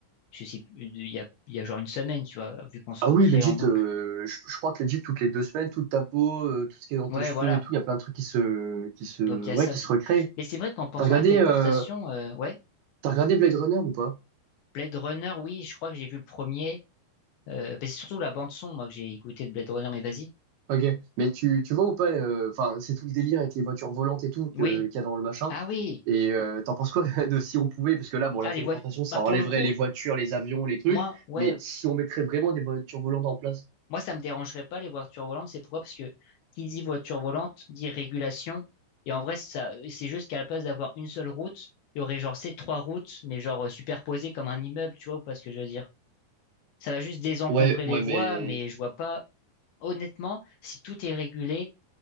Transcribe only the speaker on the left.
je sais plus, il y a, il y a genre une semaine, tu vois, vu qu'on se
recrée
en boucle.
Ouais,
voilà.
Donc, il y
a ça
aussi.
Mais c'est vrai qu'en pensant
à la téléportation,
euh, ouais,
Blade Runner, oui, je crois que j'ai vu le premier. Euh, bah, c'est surtout la bande-son, moi, que j'ai écouté de Blade Runner, mais vas-y.
Oui.
Ah oui.
Ah,
les voitures.
Bah, pour
le coup,
moi, ouais,
Moi, ça me dérangerait pas les voitures volantes. C'est pourquoi? Parce que qui dit voiture volante dit régulation. Et en vrai, ça, c'est juste qu'à la place d'avoir une seule route, il y aurait genre ces trois routes, mais genre euh, superposées comme un immeuble, tu vois, ou pas ce que je veux dire. Ça va juste désencombrer
les
voies,
mais je vois pas. Honnêtement, si tout est régulé,